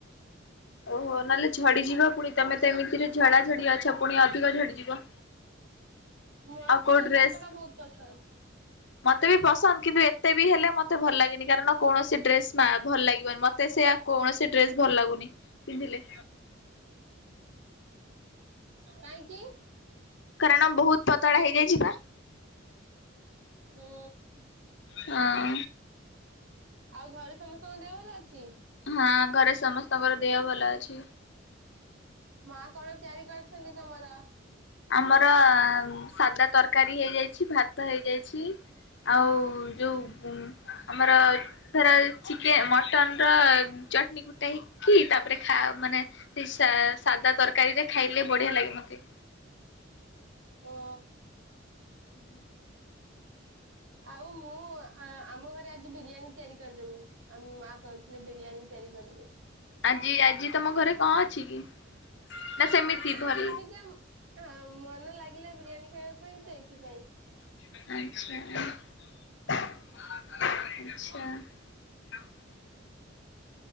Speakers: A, on the left; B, on the right.
A: ଓହୋ ନହେଲେ ଝଡିଯିବ, ପୁଣି ତମେ ତ ଏମିତିରେ ଝଡା ଝଡି ଅଛ ପୁଣି ଅଧିକ ଝଡିଯିବ।
B: ମତେ
A: ଆଉ କୋଉ ଡ୍ରେସ୍
B: ପତଳା ବହୁତ ପସନ୍ଦ।
A: ମତେ ବି ପସନ୍ଦ କିନ୍ତୁ ଏତେ ବି ହେଲେ ମତେ ଭଲ ଲାଗେନି କାରଣ କୌଣସି ଡ୍ରେସ୍ ମା ଭଲ ଲାଗିବନି ମତେ ସେଆ କୌଣସି ଡ୍ରେସ ଭଲ ଲାଗୁନି ପିନ୍ଧିଲେ।
B: କାହିଁକିି?
A: କାରଣ ବହୁତ ପତଳା ହେଇଯାଇଚି ପା।
B: ହୁଁ।
A: ହଁ।
B: ଆଉ ଘରେ ସମସ୍ତଙ୍କ ଦେହ ଭଲ ଅଛି?
A: ହଁ ଘରେ ସମସ୍ତଙ୍କର ଦେହ ଭଲ ଅଛି।
B: ମା କଣ <unintelligible> ତମର।
A: ଆମର ସାଧା ତରକାରୀ ହେଇଯାଇଛି ଭାତ ହେଇଯାଇଚି। ଛି ଆଉ ଯୋଉ ଆମର ଧର ଚିକେ ମଟନ୍ ର ଚଟନୀ କୁଟାହେଇକି ତାପରେ ଖାଅ ମାନେ ନିଶା ସାଧା ତରକାରୀରେ ଖାଇଲେ ବଢିଆ ଲାଗେ ମତେ।
B: ଓ।
A: <inaudible>
B: ଆଉ ମୁଁ ଆ-ଆମ ଘରେ ଆଜି ବିରିୟାନୀ ତିଆରି କରିଦେବୁ । ଆମ ମା କହୁଥିଲେ ବିରିୟାନୀ ତେ ତିଆରି କରିବେ।
A: ଆଜି ଆଜି ତମ ଘରେ କଣ ଅଛି କି? ସେମିତି
B: ନା
A: ଭଲ
B: ସେମିତି ମନ ଲାଗିଲା ବିରିୟାନୀ ଖାଇବା ପାଇଁ ସେଇଥିପାଇଁ!
A: <unintelligible> <inaudible>